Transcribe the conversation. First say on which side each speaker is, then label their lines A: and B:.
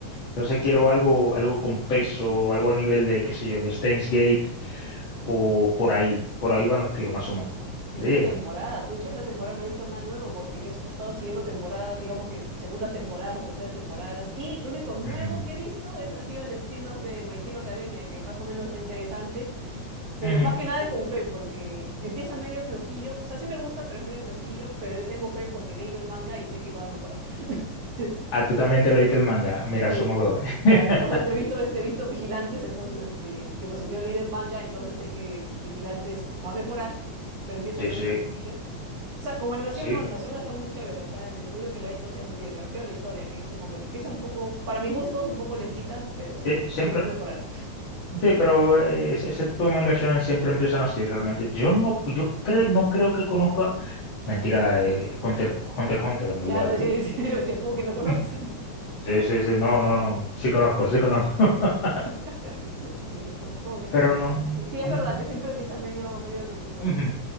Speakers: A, on the left (about 45°); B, on the right (about 55°).
A: Entonces quiero algo, algo con peso, algo a nivel de, qué sé yo, de Steins Gate o por ahí, por ahí van los tiros más o menos.
B: Esta
A: ¿Le llega?
B: temporada, pucha, esta temporada no he visto nada nuevo porque yo he estado siguiendo temporadas, digamos que segundas temporadas o terceras temporadas, y lo único nuevo
A: Ujú.
B: que he visto es, ha sido el spin-off de My Hero Academia, que más o menos está interesante, pero
A: Ujú.
B: más que nada es con fe porque empieza medio flojillo, o sea, sí me gusta, pero es medio flojillo, pero yo tengo fe porque he leído el manga y sé que va a mejorar. <laughs>
A: Ah, tú también te leíste el manga. Mira,
B: Sí,
A: somos
B: en-
A: dos,
B: claro,
A: ¿eh?
B: entonces
A: <laughs>
B: he visto, este, he visto Vigilantes, entonces este, yo, pues, yo he leído el manga, entonces sé que Vigilantes va a mejorar, pero empieza
A: Sí,
B: medio
A: sí,
B: flojillo. O sea, como animación,
A: sí.
B: no, animación está muy chévere, o sea, el estudio que lo ha hecho hacía muy bien, me refiero a la historia, que es como que empieza un poco, para mis gustos, un poco lentita, pero sé
A: Sí,
B: que
A: Siempre,
B: sé que va a mejorar.
A: sí, pero eh, ese, ese tipo de manga shonen siempre empiezan así, realmente. Yo no, yo creo, no creo que conozca. Mentira, eh, Hunter, Hunter, x Hunter, en
B: Claro,
A: verdad,
B: decía,
A: ¿eh?
B: decía, <laughs> decía, como que no conoces.
A: Mm. Sí, sí, sí. No, no, no. Sí conozco, sí conozco. <laughs>
B: <laughs> Decía, como, como que no
A: Pero
B: conoces,
A: no.
B: ¿no? Sí, sí, es
A: mm,
B: verdad que siempre empieza medio, medio lentito,
A: ujú,